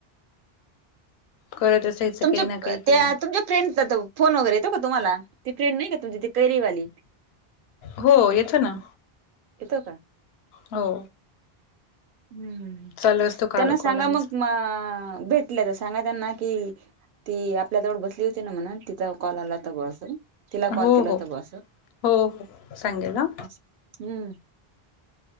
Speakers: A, on the left (about 80°); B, on the right (about 60°).
A: करत असायचं
B: तुमच्या
A: काही ना काही काही
B: त्या
A: ना
B: फ्रेंड्स च तो फोन वगैरेेत का तुम्हाला? ती फ्रेंड नाही का तुमची कैरीवाली?
A: हो येतो ना.
B: येतो का?
A: हो.
B: हम्म हम्
A: चालू असतो काल
B: त्यांना
A: कॉल
B: सांगा
A: आमचा
B: मग म भेट सांगा त्यांना की, ती आपल्या जवळ बसली होती ना म्हणा ती तिचा कॉल आला होता बुआ अस तिला कॉल
A: हो
B: केला
A: हो
B: होता बुआ
A: हो हो सांगेल ह
B: अस. हम्म...